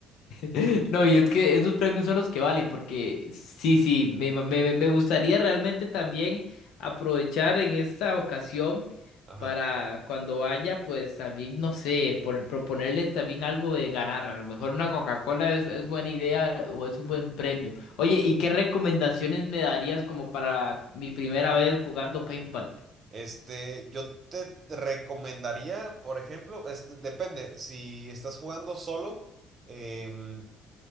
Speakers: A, on the left; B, on the right.
A: <laughs> No, y es que esos premios son los que valen, porque sí, sí, me, ima- me- me- me gustaría realmente también aprovechar en esta ocasión
B: Ajá.
A: para cuando vaya, pues también, no sé, por, proponerles también algo de ganar. A lo mejor una Coca-Cola es, es buena idea o es un buen premio. Oye, ¿y qué recomendaciones me darías como para mi primera vez jugando paintball?
B: Este, yo te recomendaría, por ejemplo, este, depende, si estás jugando solo, em,